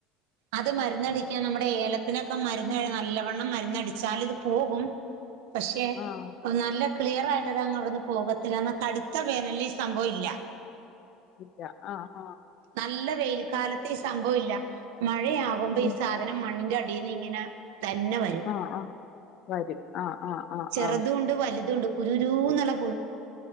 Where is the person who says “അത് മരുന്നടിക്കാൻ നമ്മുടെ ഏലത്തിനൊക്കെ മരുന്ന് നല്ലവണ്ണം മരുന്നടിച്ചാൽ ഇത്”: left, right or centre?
Right